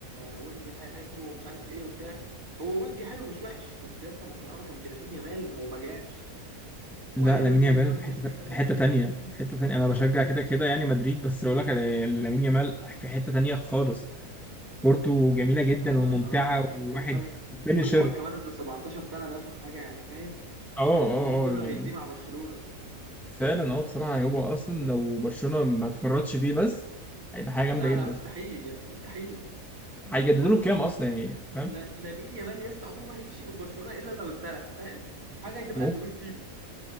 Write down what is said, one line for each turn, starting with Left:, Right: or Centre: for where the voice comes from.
Right: وينج حلو ومش عارف ايه وبتاع هو وينج حلو مش وحش بس يا اسطى مقارنه بلامين يامال هو ما جاش
Centre: لا
Right: واي
Centre: لامين
Right: وينج
Centre: يامال
Right: هيتقارن
Centre: في
Right: بلامين
Centre: حته
Right: يامال
Centre: في
Right: هو
Centre: حته
Right: ما جاش
Centre: تانية في حته تانية انا بشجع
Right: اه بجد
Centre: كده كده يعني مدريد بس اقول لك على لامين يامال في حته تانية خالص كورته جميله
Right: بس
Centre: جدا
Right: ده
Centre: وممتعه
Right: اه
Centre: وواحد
Right: جامد قوي
Centre: بنشر
Right: وحوار كمان انه 17 سنه ده في حاجه يعني فاهم
Centre: اه اه
Right: العمر كله
Centre: اه يعني
Right: هيديه مع برشلونه
Centre: فعلا هو بصراحة هو أصلا لو برشلونة ما اتفرطش فيه بس هيبقى حاجة جامدة
Right: لا
Centre: جدا
Right: لا مستحيل يا اسطى مستحيل
Centre: هيجددوا
Right: بص
Centre: له كام أصلا يعني فاهم
Right: لا- لامين يامال يا اسطى عمره ما هيمشي من برشلونه الا لو اتسرق فاهم حاجه هتبقى
Centre: ممكن
Right: لويس فيجو